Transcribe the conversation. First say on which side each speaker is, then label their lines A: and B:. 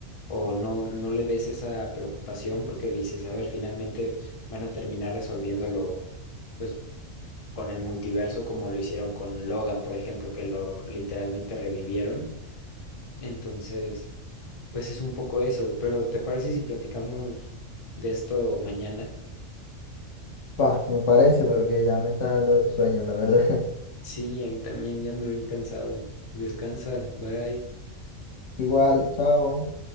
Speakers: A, on the left (about 35°); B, on the left (about 65°).
A: o no, no le ves esa preocupación porque dices, a ver, finalmente van a terminar resolviéndolo, pues, con el multiverso como lo hicieron con Logan, por ejemplo, que lo literalmente revivieron. Entonces, pues es un poco eso, pero ¿te parece si platicamos de esto mañana?
B: Pa, me parece porque ya me está dando sueño, la verdad.
A: Sí, a mí también ya ando bien cansado. Descansa, bye.
B: <laughs> Igual, chao.